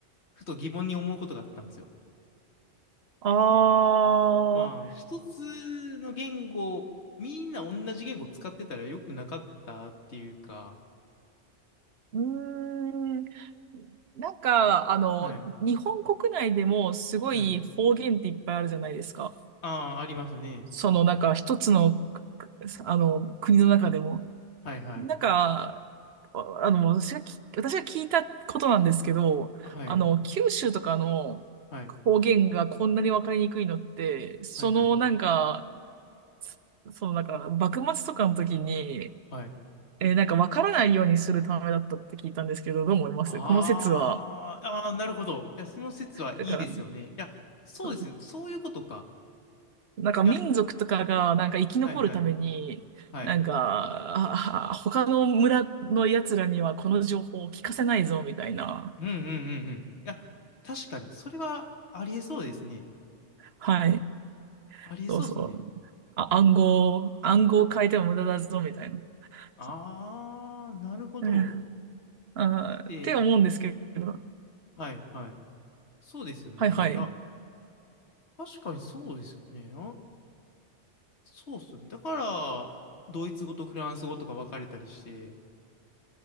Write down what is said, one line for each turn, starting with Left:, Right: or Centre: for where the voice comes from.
Left: ふと疑問に思うことがあったんですよ。
Right: あ
Left: まあ、
Right: ー、
Left: 一つの言語、みんな同じ言語使ってたら良くなかったっていうか、
Right: うーん。なんか、あの、
Left: はい、
Right: 日本国内でもすごい方言っていっぱいあるじゃないですか。
Left: はい。ああ、ありますね。
Right: その、なんか一つの、くあの、国の中でも。
Left: はいはい。
Right: なんか、あの、私がき、私が聞いたことなんですけど、
Left: はい、
Right: あの、九州とかの方言がこんなにわかりにくいのって、
Left: はい、
Right: そのなんか、
Left: はい、はい、
Right: そそのなんか、幕末とかの時に、
Left: はい。
Right: えーなんかわからないようにするためだったって聞いたんですけど、どう思いますこの説は。
Left: ああ、ああ、なるほど。いや、その説はいいですよね。
Right: だから、
Left: いや、そうですね。
Right: そう
Left: そういうことか。
Right: なんか民族とかがなんか生き残るために、
Left: いや、はいはい、はい。
Right: なんか、ああ他の村の奴らにはこの情報を聞かせないぞ、みたいな。
Left: うんうんうんうん。いや、確かに、それはありえそうですね。
Right: はい。
Left: ありえそうですね。
Right: そうそう。あ、暗号、暗号を変えても無駄だぞ、みたいな。
Left: ああ、
Right: そ
Left: なるほど。
Right: う、うんあーって思うんですけど。
Left: だって、はいはい。そうですよね。
Right: はいはい。
Left: あ、確かにそうですよね。あ、そうっすよね。だから、ドイツ語とフランス語とか分かれたりして、